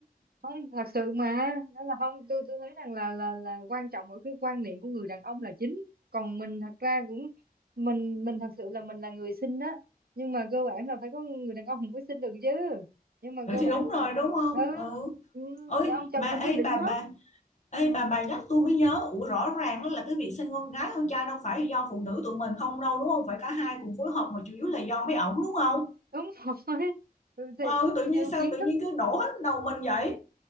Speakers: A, on the right; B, on the left.
A: không thật sự mà đó là không tôi tôi thấy rằng là là là quan trọng ở cái quan niệm của người đàn ông là chính còn mình thật ra cũng mình mình thật sự là mình là người sinh đó nhưng mà cơ bản là phải có người đàn ông mới sinh được chứ
B: <laughs>
A: nhưng mà
B: ừ,
A: cơ
B: thì
A: bản
B: đúng rồi
A: là
B: đúng không
A: ừ,
B: ừ
A: ừ,
B: ơi
A: ông chồng
B: mà
A: mình quyết
B: ê
A: định
B: bà
A: hết
B: bà ê bà bà nhắc tôi mới nhớ ủa rõ ràng đó là cái việc sinh con gái con trai đâu phải do phụ nữ tụi mình không đâu đúng không phải cả hai cùng phối hợp mà chủ yếu là do mấy ổng đúng không
A: đúng rồi <laughs> Ừ, thì
B: ờ tự nhiên
A: nhiều
B: sao
A: kiến
B: tự nhiên
A: thức
B: cứ đổ hết đầu mình vậy